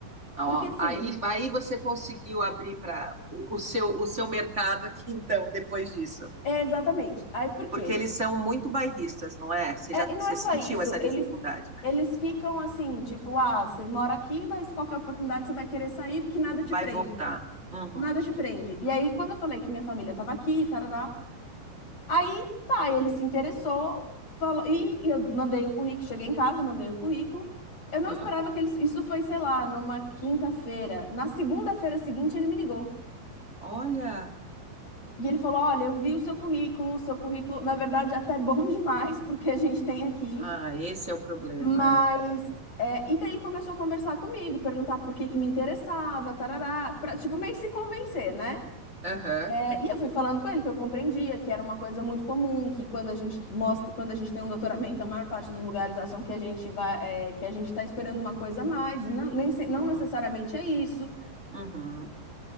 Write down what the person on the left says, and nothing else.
Porque assim,
é exatamente. Aí por quê?
É,
e
não é só
isso,
eles,
eles ficam assim, tipo, ah, você mora aqui, mas qualquer oportunidade você vai querer sair porque nada te
prende.
Nada te prende.
E aí, quando eu falei que minha família estava aqui, tarará, Aí, tá, ele se interessou, falou, e, e eu mandei o currículo, cheguei em casa, mandei o currículo. Eu não
esperava que ele, isso foi, sei lá, numa quinta-feira. Na segunda-feira seguinte, ele me ligou.
E ele falou: Olha, eu vi o seu currículo, o seu currículo, na verdade, até bom demais <laughs> pro que a gente tem aqui.
Mas,
é, e daí começou a conversar comigo, perguntar por que que me interessava, tarará, pra, tipo, meio que se convencer, né?
É, E eu fui falando com ele que eu compreendia que era uma coisa muito comum, que quando a gente mostra, quando a gente tem um doutoramento, a maior parte dos lugares acham que a gente vai, é, que a gente está esperando uma coisa a mais, e não, nem, se- não
necessariamente é isso.